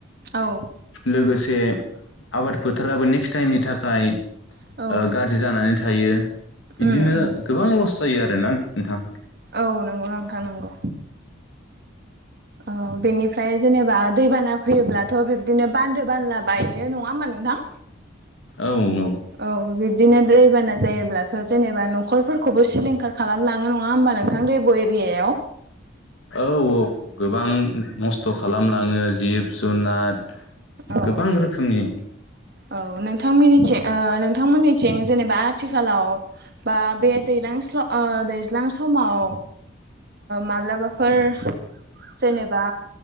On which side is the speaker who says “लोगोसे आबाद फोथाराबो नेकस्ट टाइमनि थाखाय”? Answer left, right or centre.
Left